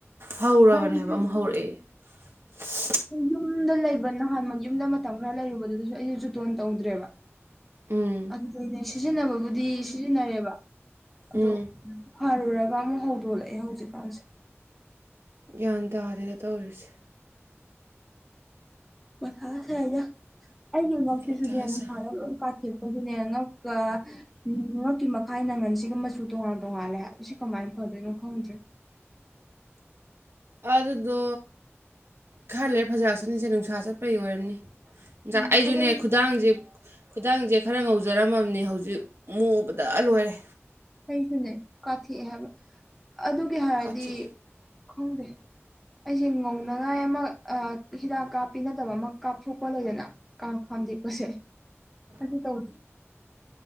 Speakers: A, on the right; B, in the centre.
A: ꯍꯧꯔꯕꯅꯦ
B: <unintelligible>
A: ꯍꯥꯏꯕ ꯑꯃꯨꯛ ꯍꯧꯔꯛꯑꯦ <inaudible>
B: ꯌꯨꯝꯗ ꯂꯩꯕ ꯅꯍꯥꯟ ꯃ ꯌꯨꯝꯗ ꯃꯇꯝ ꯈꯔ ꯂꯩꯔꯨꯕꯗꯨꯗꯁꯨ ꯑꯩꯖꯨ ꯖꯣꯇꯣꯟ ꯇꯧꯗ꯭ꯔꯦꯕ
A: ꯎꯝ
B: ꯑꯗꯨꯗꯩꯩꯅꯦ ꯁꯤꯖꯤꯟꯅꯕꯕꯨꯗꯤ ꯁꯤꯖꯤꯟꯅꯔꯦꯕ ꯑꯗꯣ
A: ꯎꯝ
B: ꯐꯔꯨꯔꯒ ꯑꯃꯨꯛ ꯍꯧꯗꯣꯛꯂꯛꯑꯦ ꯍꯧꯖꯤꯛꯀꯥꯟꯁꯦ
A: ꯒ꯭ꯌꯥꯟ ꯇꯥꯗꯦꯅ ꯇꯧꯔꯤꯁꯦ
B: ꯃꯊꯥ ꯁꯥꯏꯗ ꯑꯩꯒꯤ ꯉꯛꯁꯤꯁꯨꯅꯦ
A: ꯃꯊꯥ
B: ꯅꯨꯡꯁꯥꯗ
A: ꯁꯥꯏ
B: ꯂꯣꯏ ꯀꯥꯊꯦꯛꯄꯒꯤꯅꯦ ꯉꯛꯀ ꯉꯛꯀꯤ ꯃꯈꯥꯏ ꯅꯪꯒꯟꯁꯤꯒ ꯃꯆꯨ ꯇꯣꯉꯥꯟ ꯇꯣꯉꯥꯂꯦ ꯍꯥꯏꯕ ꯁꯤ ꯀꯃꯥꯏꯅ ꯐꯗꯣꯏꯅꯣ ꯈꯪꯗ꯭ꯔꯦ
A: ꯑꯥ ꯑꯗꯨꯗꯣ ꯈ ꯂꯩꯔꯦ ꯐꯖꯔꯆꯅꯤꯁꯦ ꯅꯨꯡꯁꯥ ꯆꯠꯄꯩ ꯑꯣꯏꯔꯝꯅꯤ ꯖꯥ
B: ꯎꯝ
A: ꯑꯩꯖꯨꯅꯦ
B: ꯑꯗꯣ
A: ꯈꯨꯗꯥꯡꯖꯦ ꯈꯨꯗꯥꯡꯖꯦ ꯈꯔ ꯉꯧꯖꯔꯝꯃꯝꯅꯤ ꯍꯧꯖꯤꯛ ꯃꯨꯕꯗ ꯂꯣꯏꯔꯦ
B: ꯑꯩꯁꯨꯅꯦ ꯀꯥꯊꯦꯛꯑꯦ ꯍꯥꯏꯕ ꯑꯗꯨꯒꯤ ꯍꯥꯏꯔꯗꯤ
A: ꯀꯥꯊꯤ
B: ꯈꯪꯗꯦ ꯑꯩꯁꯦ ꯉꯧꯅꯉꯥꯏ ꯑꯃ ꯑꯥ ꯍꯤꯗꯥꯛ ꯀꯥꯞꯄꯤ ꯅꯠꯗꯕ ꯑꯃ ꯀꯥꯞꯊꯣꯛꯄ ꯂꯩꯗꯅ ꯑꯥ ꯈꯥꯝꯗꯦꯛꯄꯁꯦ ꯑꯗꯨ ꯇꯧ